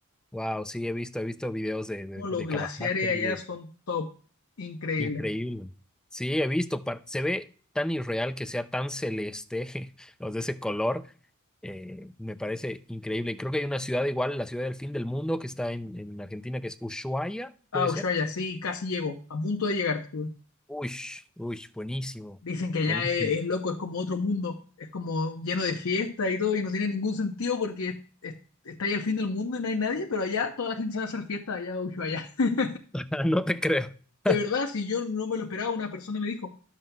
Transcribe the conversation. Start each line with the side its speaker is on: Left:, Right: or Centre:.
Centre: Wow, sí, he visto, he visto videos de, de,
Left: Oh,
Centre: de
Left: los glaciares
Centre: Calafate
Left: allá
Centre: y de
Left: son top, increíble.
Centre: increíble. Sí, he visto, par- se ve tan irreal que sea tan celeste, <laughs> los de ese color, eh, me parece increíble. Y creo que hay una ciudad igual, la ciudad del fin del mundo, que está en, en Argentina, que es Ushuaia,
Left: Ah,
Centre: ¿puede
Left: Ushuaia,
Centre: ser?
Left: sí, casi llego, a punto de llegar estuve.
Centre: Uy, uy, buenísimo,
Left: Dicen que allá
Centre: buenísimo.
Left: es, es loco, es como otro mundo, es como lleno de fiestas y todo, y no tiene ningún sentido porque es- es- está ahí al fin del mundo y no hay nadie, pero allá toda la gente sabe hacer fiesta, allá, Ushuaia. Allá. <laughs>
Centre: <laughs> No te creo.
Left: De
Centre: <laughs>
Left: verdad, si yo no me lo esperaba, una persona me dijo,